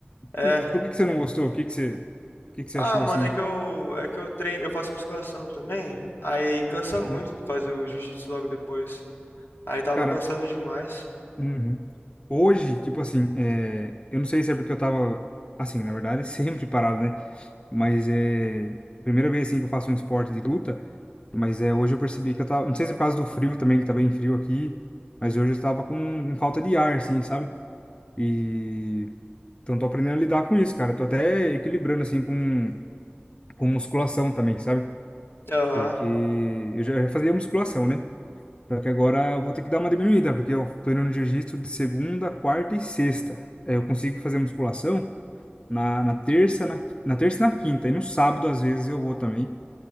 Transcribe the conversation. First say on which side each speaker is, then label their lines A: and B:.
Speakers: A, on the left; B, on the left.
A: É.
B: E por que que você não gostou? O que que você, o que que você
A: Ah,
B: achou
A: mano,
B: assim?
A: é que eu, é que eu treino, eu faço musculação também. Aí cansa muito
B: Hum?
A: de fazer o jiu-jitsu logo depois. Aí tava
B: Cara,
A: cansando demais.
B: Uhum. Hoje, tipo assim, é, eu não sei se é porque eu tava, assim, na verdade, <laughs> sempre parado, né? Mas é primeira vez, assim, que eu faço um esporte de luta, mas é, hoje eu percebi que eu tava, não sei se é por causa do frio também, que tá bem frio aqui, mas hoje eu tava com, com falta de ar, assim, sabe? E, então tô aprendendo a lidar com isso, cara. Tô até equilibrando, assim, com, com musculação também, sabe?
A: Aham.
B: Porque eu já fazia musculação, né? Só que agora eu vou ter que dar uma diminuída, porque eu tô indo no jiu-jitsu de segunda, quarta e sexta. Aí eu consigo fazer musculação na, na terça, na, na terça e na quinta. E no sábado, às vezes, eu vou também.